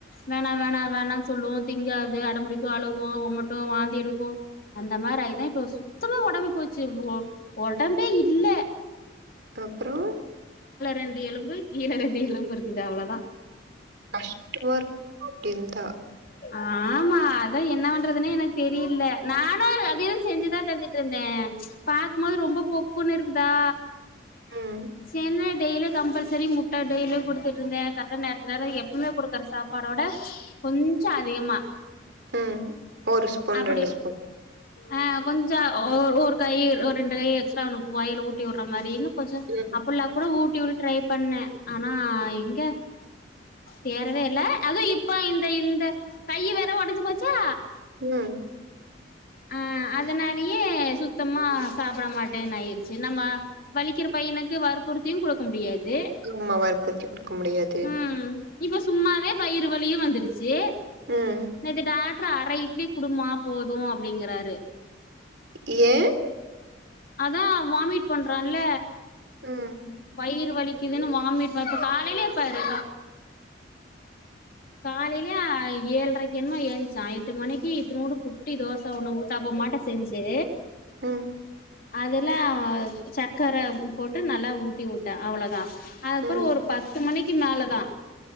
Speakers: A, on the left (about 50°); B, on the right (about 60°).
A: வேணா வேணா வேணான் சொல்லு திங்காது அடம்பிடி அழுகு ஒமட்டு வாந்தி எடுக்கு அந்த மாரி ஆயிதா இப்ப சுத்தமா ஒடம்பே போச்சு ஒ ஒ ஒடம்பே இல்ல
B: அப்றொ
A: ரண்டு எலும்பு கீழே ரண்டு எலும்பு இருக்குது அவ்ளதா
B: கஷ்டமா இருக்கு அப்டி இருந்தா
A: ஆமா அ தா என்ன பண்றதுனே எனக்கு தெரியில நானு அதையு செஞ்சுதா தந்துட்ருந்தே பாக்குமோது ரொம் ரொம்ப பொக்குனு இருக்குதா
B: ம்
A: சேர்னு டெய்லி கம்பல்சரி முட்ட டெய்லியு குடுத்துட்ருந்தே கரெக்டா நேரத்துக் நேர எப்பவ்மே குடுக்குற சாப்பாடோட கொஞ்ச அதிகமா
B: ம் ஒரு ஸ்பூன்
A: அப்டி
B: ரண்டு ஸ்பூன்
A: ஆ கொஞ்ச ஒ ஒரு கை ஒரு ரெண்டு கை எக்ஸ்ட்ரா அவ்னுக்கு வாயில ஊட்டி உடற மாரினு கொஞ்ச
B: ம்
A: ஃபுல்லா கூட ஊட்டி வுட ட்ரை பண்ணே ஆனா எங்க தேறவே இல்ல அது இப்ப இந்த இந்த கையி வேற ஒடஞ்சு போச்சா
B: என்ன
A: ஆ அதனாலயே சுத்தமா சாப்பட மாட்டேன் ஆயிருச்சு நம்ம வலிக்கற பையனுக்கு வற் புறுத்தியு குடுக்க முடியாது
B: ஆமாவா பூத்தி குடுக்க முடியாது
A: ம் இப்ப சும்மாவே வயிறு வலியு வந்துருச்சு
B: ம்
A: நேத்து டாக் ட்ரு அர இட்லி குடுமா போது அப்டிங்கறாரு
B: ஏ
A: அதா வாமிட் பண்றான்ல
B: ம்
A: வயிறு வலிக்குதுனு வாமிட் ப இப்ப காலைலியே பாரு காலையில ஏழ்ரைக்கென்னமோ ஏன்ச்சா எட்டு மணிக்கு இத்னோன்டு குட்டி தோச ஒண்ணு ஊத்தாப்பம் மாட்டோ செஞ்சு
B: ம்
A: அதுல சக்கரை போட்டு நல்லா ஊட்டி உட்டே அவ்ளோதா அதுப்புறோ
B: ம்
A: ஒரு பத்து மணிக்கு மேலதா